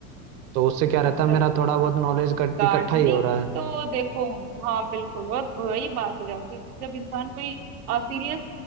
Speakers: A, on the right; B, on the right.
A: तो उससे क्या रहता
B: अच्छा
A: है मेरा
B: अच्छा अच्छा
A: थोड़ा बहुत नॉलेज
B: गार्डनिंग
A: इकट्ठा ही हो रहा है
B: तो देखो हाँ बिल्कुल और वही बात हो जाती है जब इंसान कोई सीरियस